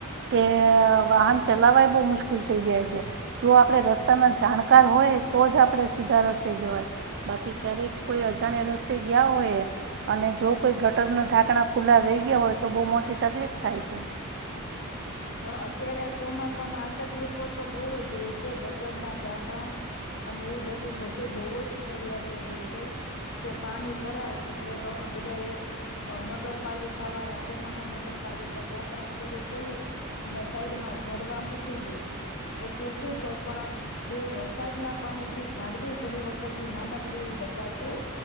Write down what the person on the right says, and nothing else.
કે વાહન ચલાવાય બહુ મુશ્કેલ થઇ જાય છે. જો આપડણે રસ્તા ના જાણકાર હોય તો જ આપણેે સીધા રસ્તે જવાય બાકી ક્યારેક કોઈ અજાણ્યા રસ્તે ગયા હોય અને જો કોઈ ગટરના ઢાંકણા ખુલ્લા રહી ગયા હોય તો બહુ મોટી તકલીફ થાય છે.